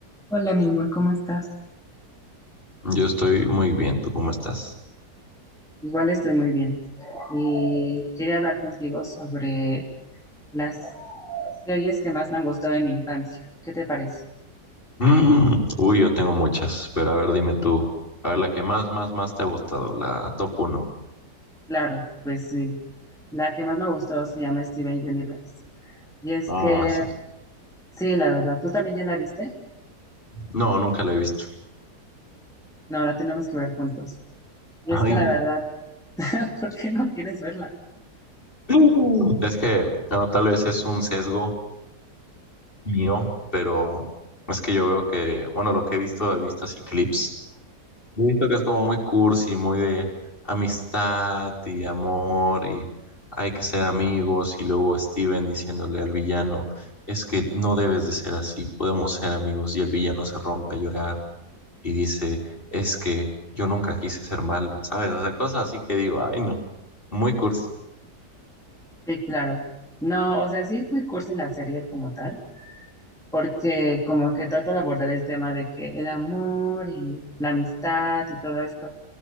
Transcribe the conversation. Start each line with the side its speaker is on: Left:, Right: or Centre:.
Centre: Hola, mi amor, ¿cómo estás?
Left: Yo estoy muy bien, ¿tú cómo estás?
Centre: Igual estoy muy bien. Y quería hablar contigo sobre las series que más me han gustado en mi infancia. ¿Qué te parece?
Left: Mm, Uy, yo tengo muchas, pero a ver, dime tú. A ver, la que más, más, más te ha gustado, la top Uno.
Centre: Claro, pues sí. La que más me gustó se llama Steven Universe. Y es
Left: Ah,
Centre: que,
Left: sí.
Centre: sí, la verdad, ¿tú también ya la viste?
Left: No, nunca la he visto.
Centre: No, la tenemos que ver juntos. Y
Left: <laughs>
Centre: es
Left: Ay.
Centre: que la verdad, <laughs> ¿por qué no quieres verla?
Left: Mm. Es que, no, tal vez es un sesgo mío, pero es que yo veo que, bueno, lo que he visto, he visto así clips He visto que es como muy cursi, muy de amistad y amor y hay que ser amigos y luego Steven diciéndole al villano, es que no debes de ser así, podemos ser amigos y el villano se rompe a llorar y dice, es que yo nunca quise ser malo, ¿sabes? O sea, cosas así que digo, ay no, muy cursi.
Centre: Sí, claro. No, o sea, sí es muy cursi la serie como tal, porque como que trato de abordar el tema de que el amor y la amistad y todo esto,